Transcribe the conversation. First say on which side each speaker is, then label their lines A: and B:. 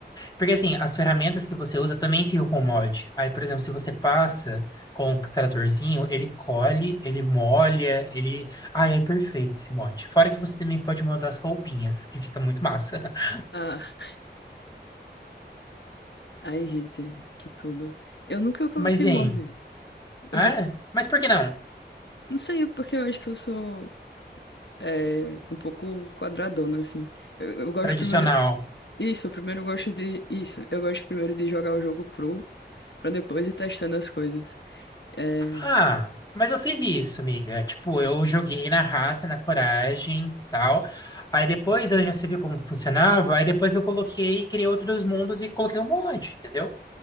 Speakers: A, on the left; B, on the left.
A: Porque, assim, as ferramentas que você usa também ficam com o mod. Aí, por exemplo, se você passa com o tratorzinho, ele colhe, ele molha, ele... Ai, é perfeito esse mod. Fora que você também pode mudar as roupinhas, que fica muito massa. <laughs>
B: Ah, ai, gente, que tudo. Eu nunca coloquei
A: Mas,
B: molde.
A: hein... Ah,
B: Eu vou...
A: é? mas por que não?
B: Não sei, é porque eu acho que eu sou é, um pouco quadradona, assim. Eu, eu gosto
A: Tradicional.
B: primeiro... Isso, primeiro eu gosto de... Isso, eu gosto primeiro de jogar o jogo cru, pra depois ir testando as coisas. É...
A: Ah, mas eu fiz isso, amiga. Tipo, eu joguei na raça, na coragem, tal. Aí depois eu já sabia como funcionava. Aí depois eu coloquei, criei outros mundos e coloquei um monte, entendeu?